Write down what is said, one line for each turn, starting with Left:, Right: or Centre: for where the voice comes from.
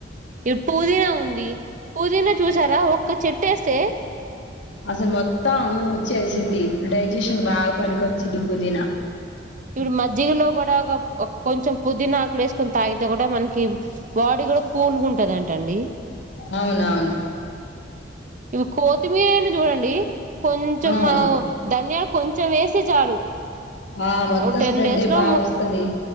Right: ఇప్పుడు పుదీనా ఉంది పుదీనా చూసారా ఒక్క చెట్ వేస్తే.
Left: అసలు మొత్తం చేసిది డైజెషన్ బాగా పనికొచ్చిది పుదీనా
Right: ఇప్పుడు మజ్జిగలో కూడా ఒక కొంచెం పుదీనాకులు వేసుకొని తాగితే కూడా మనకి బాడీ కూడా కూల్గా ఉంటదింట అండి
Left: అవునవును
Right: ఇవి కోతిమీర అని చూడండి కొంచంమో
Left: ఆ
Right: ధనియాల కొంచెం వేస్తే చాలు
Left: ఆ మొత్తం
Right: ఓ టెన్
Left: స్ప్రెడ్
Right: డేస్
Left: అయి
Right: లో
Left: బాగా వస్తుది.